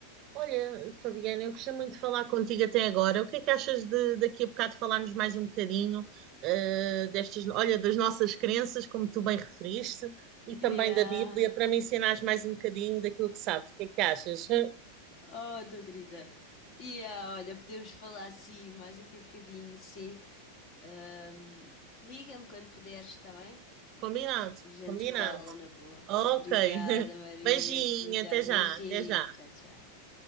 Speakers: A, on the right; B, on the left.
A: Olha, Fabiana, eu gostei muito de falar contigo até agora. O que é que achas de daqui a bocado falarmos mais um bocadinho, eh, destas, olha, das nossas crenças, como tu bem referiste, e também
B: Yeah.
A: da Bíblia, para me ensinares mais um bocadinho daquilo que sabes. O que é que achas? <laughs>
B: Oh, tô querida. Yeah, olha, podemos falar assim mais daqui a bocadinho, sim. Ahm, Liga-me quando puderes, está bem?
A: Combinado,
B: a gente
A: combinado.
B: fala na boa.
A: Ok.
B: Obrigada,
A: <laughs>
B: Maria,
A: Beijinho,
B: por ligar.
A: até já,
B: Beijinho.
A: até já.
B: Tchau, tchau.